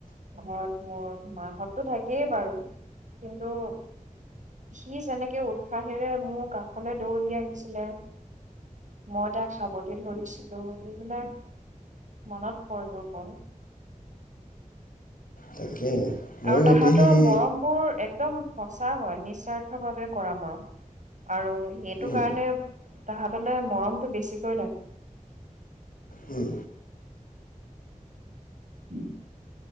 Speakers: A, on the right (about 60°); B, on the left (about 90°).
A: ঘৰত মোৰ মাহঁত তো থাকেই বাৰু কিন্তু- সি যেনেকে উৎসাহেৰে মোৰ কাষলৈ দৌৰি আহিছিলে মই তাক সাবতি ধৰিছিলো এইবিলাক মনত পৰে‌ অ বৰ।
B: তাকে ময়ো
A: আৰু তাহাঁতৰ
B: এতিয়া সেই
A: মৰম বোৰ। একদম সচা হয় নিস্বাৰ্থ ভাৱে কৰা মৰম আৰু এইটো
B: উম,
A: কাৰণে তাহতলে মৰমটো বেছিকৈ লাগে।
B: উম।
A: উম।